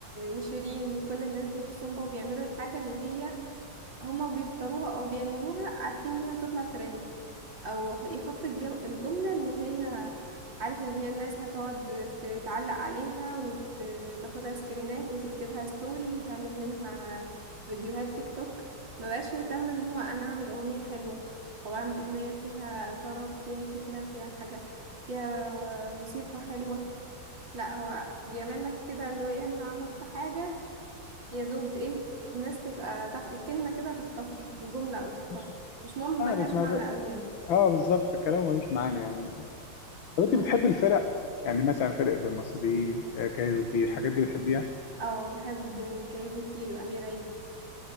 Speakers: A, on the right; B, on the left.
A: وشيرين وكل الناس دي تحسهم بقوا بيعملوا الحاجة اللي هي هما بيفطروها أو بيعملوها عارفين إنها تطلع ترند او يحط الجو الجملة اللي هي عارف ان هي الناس هتقعد ت- تعلق عليها وتاخدها سكرينات وتكتبها ستوري وتعمل منها فيديوهات تيك توك ما بقاش يهتم ان هو انا اعمل اغنية حلوة او اعمل اغنية فيها طرب فيها فكرة فيها حاجة فيها موسيقى حلوة لا هو بيعمل لك كده اللي هو ايه انا هحط حاجة يا دوب ايه الناس تبقى تخ... كلمة كده تخطفها جملة او تخطفها
B: مش
A: مش مهم
B: عارف
A: ملهاش
B: ما
A: معنى
B: ب...
A: قوي
B: اه بالظبط الكلام ملوش معنى يعني طب انت
A: يعني
B: بتحب الفرق يعني مثلا فرقه المصريين آه، كايروكي الحاجات دي بتحبيها
A: اه بحب كايروكي وأمير عيد